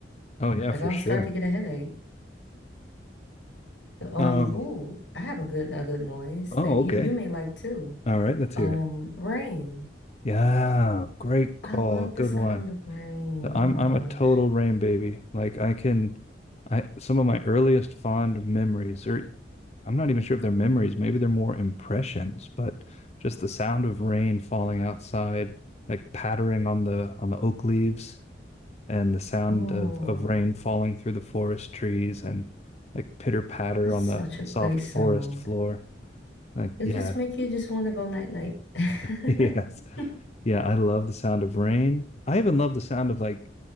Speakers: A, on the left (about 40°); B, on the left (about 85°).
A: Oh yeah,
B: Like
A: for
B: I'll
A: sure.
B: start to get a headache. Um,
A: Um,
B: oh, I have a good a good noise
A: oh,
B: that you
A: okay.
B: you may like too.
A: All right, let's
B: Um,
A: hear it.
B: rain.
A: Yeah, great call.
B: I love
A: Good
B: the sound
A: one.
B: of rain.
A: So I'm
B: Oh my
A: I'm
B: gosh.
A: a total rain baby. Like I can, I some of my earliest fond memories, or I'm not even sure if they're memories, maybe they're more impressions, but just the sound of rain falling outside, like pattering on the on the oak leaves, and the sound
B: Oh,
A: of of rain falling through the forest trees, and like pitter patter
B: that's
A: on
B: such
A: the
B: a great
A: soft
B: sound.
A: forest floor. Like
B: It
A: yeah,
B: just make you just want to go night night. <laughs>
A: <laughs> Yes. Yeah, I love the sound of rain. I even love the sound of like